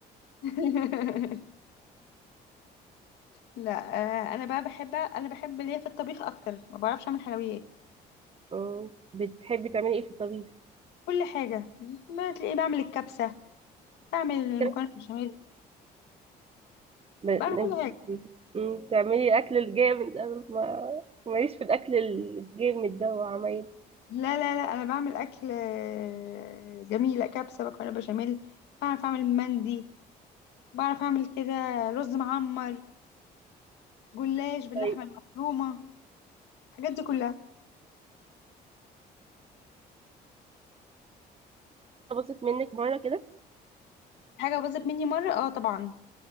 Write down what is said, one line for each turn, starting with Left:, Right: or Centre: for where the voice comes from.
Left: <laughs> لا آه، انا بقى بحب انا بحب ليا في الطبيخ اكتر ما بعرفش اعمل حلويات
Right: أمم، بتحبي تعملي ايه في الطبيخ
Left: كل حاجه ما تلاقيه بعمل الكبسه بعمل المكرونه
Right: بت-
Left: بالبشاميل
Right: ب- انت-
Left: بعمل كل حاجه
Right: أمم، بتعملي اكل الجامد انا ما ماليش في الاكل الجامد ده وعمايل
Left: لا لا لا انا بعمل اكل آه، جميل لا كبسه بقى بشاميل بعرف اعمل مندي بعرف اعمل كده رز معمر جلاش باللحمه
Right: طيب
Left: المفرومه الحاجات دي كلها
Right: باظت منك مره كده
Left: حاجه باظت مني مره اه طبعا